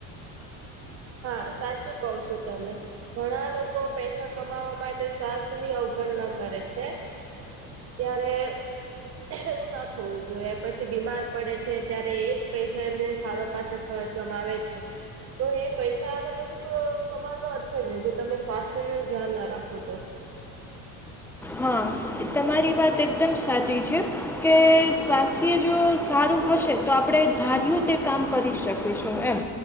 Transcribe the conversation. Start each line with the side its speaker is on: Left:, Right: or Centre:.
Right: હા સાચું કઉ છો તમે- ઘણા લોકો પૈસા કમાવા માટે શ્વાસ ની અવગણના કરે છે. ત્યારે- એવું ના થવું જોઈએ પછી બીમાર પડે છે ત્યારે એજ પૈસા એમને સારો પાછ ખર આવે છે. તો એ- પૈસાનો પછી કો કમાવાનો અર્થ જ નહી જો તમે સ્વાસ્થ્યનુ ધ્યાન ના રાખો તો
Centre: હા તમારી વાત એકદમ સાચી છે. કે સ્વાસ્થ્ય જો સારું હશે તો આપણે ધાર્યું તે કામ કરી શકીશું એમ.